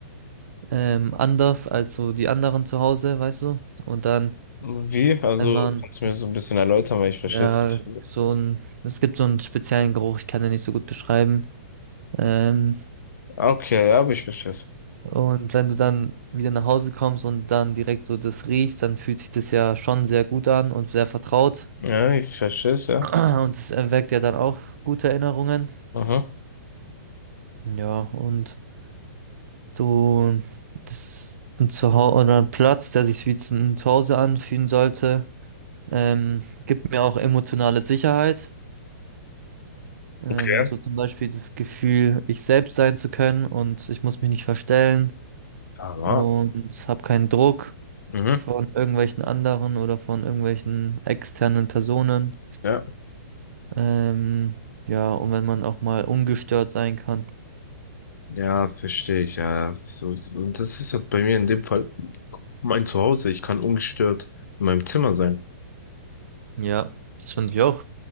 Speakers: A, on the right; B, on the left.
A: ähm, anders als so die anderen zu Hause, weißt du? Und dann,
B: Wie? Also,
A: wenn man,
B: kannst du mir so ein bisschen erläutern, weil ich verstehe
A: ja,
B: es nicht.
A: so ein, es gibt so einen speziellen Geruch, ich kann den nicht so gut beschreiben. Ähm,
B: Ah, Okay, ja, aber ich verstehe es.
A: und wenn du dann wieder nach Hause kommst und dann direkt so das riechst, dann fühlt sich das ja schon sehr gut an und sehr vertraut.
B: Ja, ich verstehe es, ja.
A: <clears throat> Und es erweckt ja dann auch gute Erinnerungen.
B: Aha.
A: Ja, und so das ein Zuhause oder ein Platz, der sich wie zu- ein Zuhause anfühlen sollte, ähm, gibt mir auch emotionale Sicherheit. Ähm,
B: Okay.
A: so zum Beispiel das Gefühl, ich selbst sein zu können und ich muss mich nicht verstellen
B: Aber,
A: und habe keinen Druck
B: mhm.
A: von irgendwelchen anderen oder von irgendwelchen externen Personen.
B: Ja,
A: Ähm, ja, und wenn man auch mal ungestört sein kann.
B: ja, verstehe ich, ja. So, und das ist halt bei mir in dem Fall mein Zuhause. Ich kann ungestört in meinem Zimmer sein.
A: Ja, das finde ich auch.